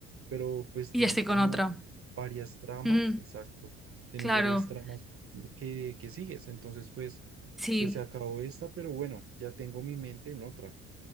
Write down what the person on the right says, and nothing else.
pero pues tienes
como
varias tramas,
exacto, tienes
varias tramas que, que sigues, entonces pues,
pues se acabó esta, pero bueno, ya tengo mi mente en otra,